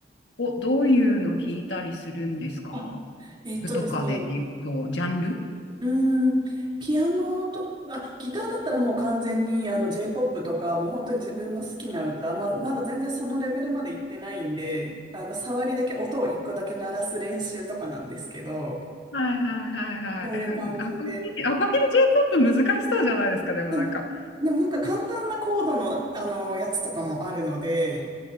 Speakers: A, on the left; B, on the right.
A: お、どういうの弾いたりするんですか
B: あえっとですね、
A: 服とかで言うと、ジャンル
B: うーん、ピアノと、あ、ギターだったらもう完全にあの J-POP とか、もう本当に自分の好きな歌、まあ、まだ全然そのレベルまで行ってないんで、あの、触りだけ、音を一個だけ鳴らす練習とかなんですけど、
A: はいはいはいはい。
B: そういう感じで。
A: え、アコギ、アコギで J-POP 難しそうじゃないですか、でもなんか。
B: うんでもなんか簡単なコードの、あの、やつとかもあるので、